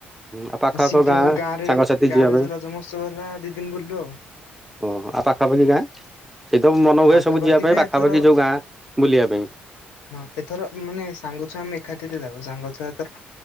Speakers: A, in the centre; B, on the left.
A: ଆଉ ପାଖଆଖ
B: ଆସିକି ଆଉ ଗାଁ ରେ
A: ସାଙ୍ଗସାଥି
B: ଗାଁ
A: ଯିବା
B: ରେ
A: ପାଇଁ
B: ଯୋଉ ରଜ ମହୋତ୍ସବ ହେଲା। ଦି ଦିନ ବୁଲିଲୁ ଆଉ।
A: ଓହୋ ଆଉ ପାଖାପାଖି ଗାଁ? ସେଇଥିରୁ ମନ ହୁଏ।
B: ପାଖାପାଖି
A: ସବୁ ଯିବା ପାଇଁ
B: ଗାଁ
A: ପାଖାପାଖି
B: ଏଥର
A: ଯୋଉ ଗାଁ ବୁଲିବା
B: ହଁ
A: ପାଇଁ।
B: ହଁ ଏଥର ମାନେ ସାଙ୍ଗଛୁଆ ଆମେ ଏକାଠିରେ ଯାଉ। ସାଙ୍ଗଛୁଆ ଏଥର